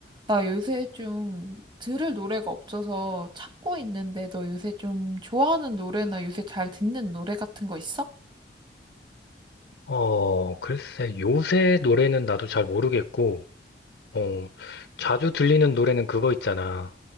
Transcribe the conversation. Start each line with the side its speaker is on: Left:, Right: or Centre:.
Right: 나 요새 좀 들을 노래가 없어서 찾고 있는데 너 요새 좀 좋아하는 노래나 요새 잘 듣는 노래 같은 거 있어?
Left: 어, 글쎄, 요새 노래는 나도 잘 모르겠고, 어, 자주 들리는 노래는 그거 있잖아.